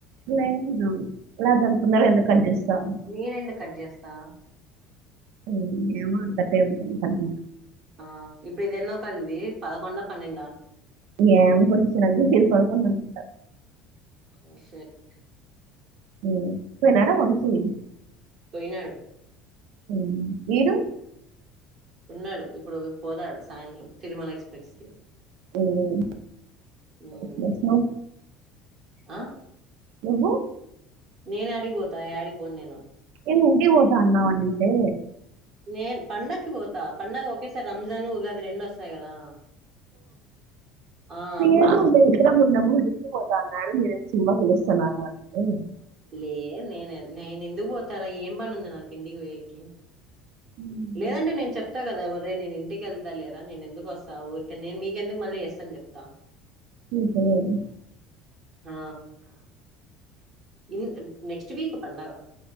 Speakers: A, on the right; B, on the right.
A: లేదు. ఎలాగనుకున్నారు? ఎందుకు కట్ చేస్తా?
B: నేనెందుకు కట్ చేస్తా
A: మ్ ఏమో కట్ అయింది అనుకొని, కట్ చే
B: ఆ ఇప్పుడు ఇది ఎన్నో కాల్ ఇది పదకొండా, పన్నెడా?
A: ఏమో బ. <unintelligible> పదకొండు అనుకుంట.
B: ఓ షట్
A: మ్. పోయినాడా వంశీ?
B: పోయినాడు.
A: మ్ మీరు?
B: ఉన్నాడు. ఇప్పుడు పోతాడు, సాయంత్రం తిరుమల ఎక్స్ప్రెస్కి.
A: హ్మ్.
B: మ్.
A: యెస్. యెస్.
B: ఆ,
A: ఉహు
B: నేను యాడికిపోతాను? యాడికి పోను నేను.
A: ఏమో ఇంటికి పోతా, అన్నావంటే!
B: నేను పండకి పోతా. పండగ ఒకేసారి రంజాన్, ఉగాది రెండు వస్తాయి కదా! ఆ
A: నేను
B: అప్పుడు పో
A: అంటే ఇద్దరం ఉన్నము. దింపిపోతా అన్నాడు మీరేం సినిమా పిలుస్తన్నారు అంటే,
B: లే నేను నేను ఎందుకు పోతారా? ఏం పనుంది నాకు ఇంటికి పోయకి?
A: హ్మ్.
B: లేదంటే నేను చెప్తా కదా, ఒరే నేను ఇంటికెళ్తా లేరా నేను ఎందుకు వస్ త ఊరికనే మీకెందుకు మళ్ళీ ఎస్ అని చెప్తా.
A: హ్మ్. హ్మ్.
B: ఆ ఇన్ నెక్స్ట్ వీక్ పండగ.